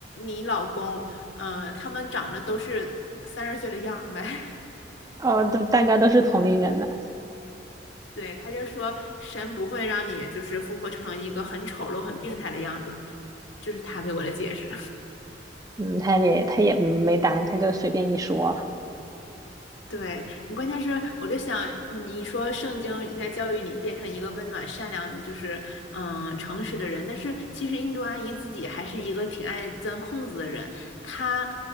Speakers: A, on the left; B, on the right.
A: 你老公，嗯，他们长得都是三十岁的样儿呗。<laughs>
B: 哦，都大家都是同龄人的，
A: 对，他就说神不会让你就是复活成一个很丑陋、很病态的样子，这是他给我的解释。
B: 嗯，他也他也没答案，他就随便一说。
A: 对，你关键是我就想，你说圣经应该教育你变成一个温暖、善良，就是嗯诚实的人，但是其实印度阿姨自己还是一个挺爱钻空子的人。她